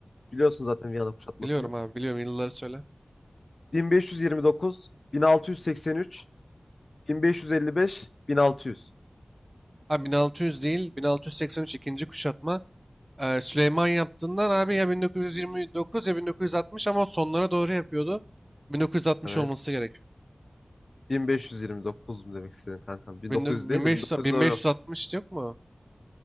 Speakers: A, on the left; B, on the right.
A: Biliyorsun zaten Viyana kuşatmasını.
B: Biliyorum abi biliyorum yılları söyle.
A: 1529, 1683, 1555, 1600.
B: Abi 1600 değil 1683 ikinci kuşatma Ee, Süleyman yaptığından abi ya 1929 ya 1960 ama o sonlara doğru yapıyordu. 1960
A: Evet.
B: olması gerekiyor.
A: 1529 mu demek istedin kankam? 1900
B: 1500,
A: değil de 1900
B: 1560
A: doğru yok.
B: yok mu?